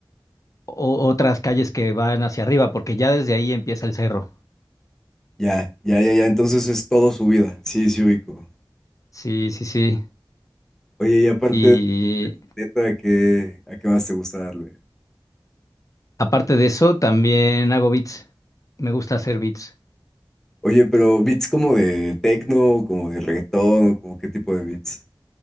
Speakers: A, on the left; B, in the centre.
A: o- otras calles que van hacia arriba porque ya desde ahí empieza el cerro.
B: ya, ya. ya. ya, Entonces es todo subida. Sí, sí ubico.
A: Sí, sí, sí.
B: Oye, y aparte
A: Y
B: de neta, ¿a qué, a qué más te gusta darle?
A: aparte de eso, también hago beats. Me gusta hacer beats.
B: Oye, pero beats como de techno, como de reggaetón, o como qué tipo de beats.